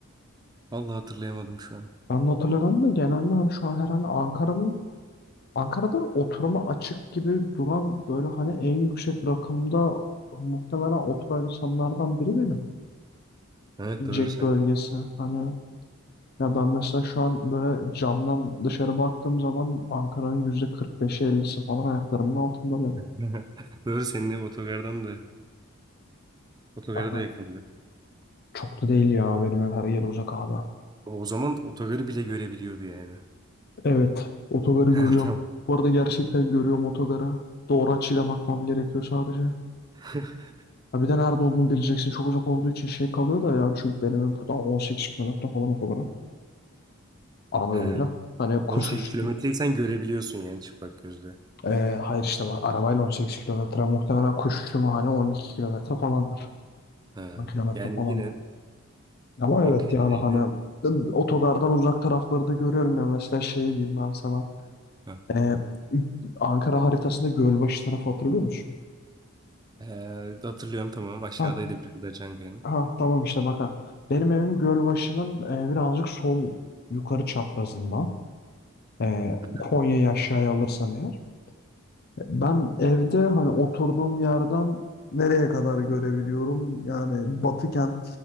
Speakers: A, on the right; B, on the left.
A: Allah hatırlayamadım şu an.
B: Ben de hatırlamıyorum da genelde hani şu an herhalde Ankara'nın Ankara'da oturuma açık gibi duran böyle hani en yüksek rakımda muhtemelen oturan insanlardan biri benim.
A: Evet doğru
B: Jack
A: sen.
B: bölgesi. Hani ya ben mesela şu an böyle camdan dışarı baktığım zaman Ankara'nın yüzde 45'i 50'si falan ayaklarımın altında benim.
A: <laughs> Doğru senin ev otogardan da otogara
B: Ama
A: da yakındı.
B: çok da değil ya benim ev her yer uzak abi.
A: O zaman otogarı bile görebiliyordu yani.
B: Evet otogarı
A: <laughs>
B: görüyorum.
A: Ha, Tamam.
B: Bu arada gerçekten görüyorum otogarı. Doğru açıyla bakmam gerekiyor sadece.
A: <laughs>
B: Ha bir de nerede olduğunu bileceksin. Çok uzak olduğu için şey kalıyor da yani çünkü benim ev buradan 18 kilometre falan otogara. Araba
A: Ha,
B: yoluyla. Hani kuş
A: 18
B: uçuşu.
A: kilometreyi sen görebiliyorsun yani çıplak gözle.
B: Ee, hayır işte bak arabayla on sekiz kilometre muhtemelen kuş uçuşu hani 12 kilometre falandır.
A: Ha,
B: 10 kilometre
A: yani
B: falan.
A: yine
B: Ama
A: okey
B: evet yani hani
A: yine
B: otogardan uzak tarafları da görüyorum ya. Mesela şey diyeyim ben sana.
A: ha.
B: Ee, Ankara haritasında Gölbaşı tarafı hatırlıyor musun?
A: Ee, hatırlıyorum tamam aşağıdaydı
B: Ha,
A: biraz da Çankaya'nın.
B: ha tamam işte bak ha. Benim evim Gölbaşı'nın e, birazcık sol yukarı çaprazında. E,
A: Ha.
B: Konya'yı aşağıya alırsan eğer. Ben evde hani oturduğum yerden nereye kadar görebiliyorum? Yani Batı kent,